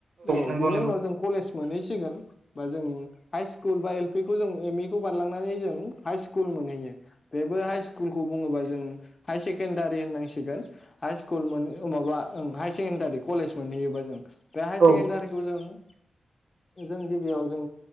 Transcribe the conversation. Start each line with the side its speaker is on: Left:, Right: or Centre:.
Left: औ
Right: नंगौ
Left: बिनि
Right: नंगौ
Left: उनाव जों कलेज मोनहैसिगोन बा जों हाइ स्कुल बा एल पि खौ जों एम इ खौ बारलांनानै जों हाइ स्कुल मोनहैयो बेबो हाइ स्कुलखौ बुङोबा जों हायार सेकेणडारि होननांसिगोन हाइ स्कुल मोन माबा ओं हायार सेकेण्डारि कलेज मोनहैयोबा जों आमफ्राय हाई सेकेडारिखौ
Right: औ
Left: जों जों गिबियाव जों